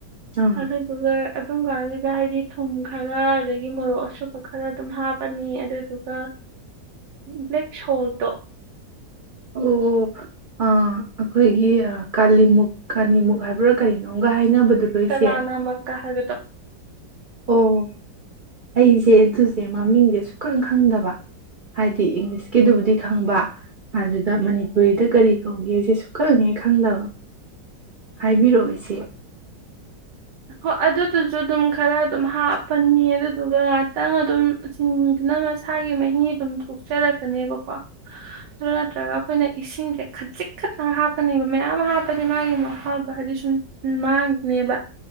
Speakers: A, on the right; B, on the right.
A: ꯑꯥ
B: ꯑꯗ ꯑꯗꯨꯗ ꯑꯗꯨ ꯑꯗꯨ ꯀ ꯍꯥꯏꯗꯤ ꯊꯨꯝ ꯈꯔ ꯑꯗꯒꯤ ꯃꯣꯔꯣꯛ ꯑꯁꯨꯕ ꯈꯔ ꯑꯗꯨꯝ ꯍꯥꯞꯄꯅꯤ ꯑꯗꯨꯗꯨꯒ ꯕ꯭ꯂꯦꯛ ꯁꯣꯜꯗꯣ
A: ꯑꯣ ꯑ ꯑꯩꯈꯣꯏꯒꯤ ꯀꯥꯂꯤꯃꯨꯛ ꯀꯥꯂꯤꯃꯨꯛ ꯍꯥꯏꯕ꯭ꯔꯥ ꯀꯔꯤꯅꯣꯝꯒ ꯍꯥꯏꯅꯕꯗꯨꯔꯣꯏꯁꯦ
B: ꯀꯂꯥꯅꯥꯃꯛꯀ ꯍꯥꯏꯕꯗꯣ
A: ꯑꯣ ꯑꯩꯁꯦ ꯑꯗꯨꯁꯦ ꯃꯃꯤꯡꯁꯦ ꯁꯨꯛꯈꯪ ꯈꯪꯗꯕ ꯍꯥꯏꯗꯤ ꯏꯪꯂꯤꯁꯀꯤꯗꯨꯕꯨꯗꯤ ꯈꯪꯕ ꯑꯗꯨꯒ ꯃꯅꯤꯄꯨꯔꯤꯗ ꯀꯔꯤ ꯀꯧꯒꯦꯁꯦ ꯁꯨꯛꯈꯪꯉꯦ ꯈꯪꯗꯕ ꯍꯥꯏꯕꯤꯔꯛꯑꯣꯁꯦ
B: ꯍꯣ ꯑꯗꯨꯗꯨꯁꯨ ꯑꯗꯨꯝ ꯈꯔ ꯑꯗꯨꯝ ꯍꯥꯞꯄꯅꯤ ꯑꯗꯨ ꯑꯗꯨꯒꯒ ꯈꯤꯇꯪ ꯑꯗꯨꯝ ꯆꯤꯟꯕꯤꯗꯨꯅ ꯃꯁꯥꯒꯤ ꯃꯍꯤ ꯑꯗꯨꯝ ꯊꯣꯛꯆꯔꯛꯀꯅꯦꯕꯀꯣ ꯑꯗꯨ ꯅꯠꯇ꯭ꯔꯒ ꯑꯩꯈꯣꯏꯅ ꯏꯁꯤꯡꯁꯦ ꯈꯖꯤꯤꯛ ꯈꯠꯇꯅ ꯍꯥꯞꯀꯅꯦꯕ ꯃꯌꯥꯝ ꯍꯥꯞꯄꯗꯤ ꯃꯥꯒꯤ ꯃꯍꯥꯎꯗꯣ ꯍꯥꯏꯗꯤ ꯁꯨꯝ ꯃꯥꯡꯈꯤꯅꯦꯕ